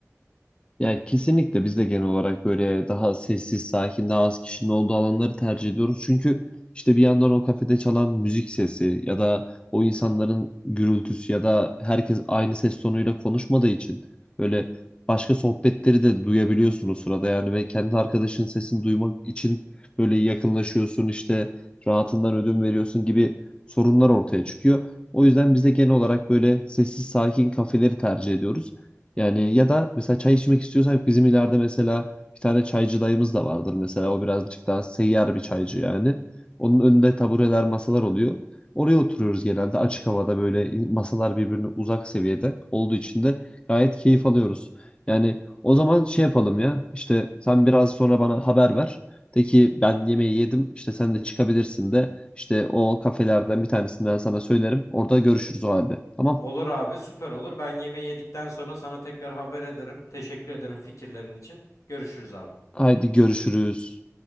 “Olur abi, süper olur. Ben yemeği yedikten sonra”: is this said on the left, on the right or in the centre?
Left